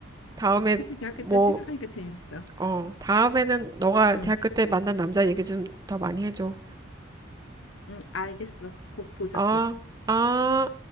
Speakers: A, on the right; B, on the left.
A: 다음에,
B: 그치. 대학교
A: 뭐,
B: 때 생각하니까 재밌어.
A: 어, 다음에는 너가
B: 응,
A: 대학교 때 만난 남자 얘기 좀 더 많이 해줘.
B: 응, 알겠어. 곧 보자
A: 아,
B: 또.
A: 아.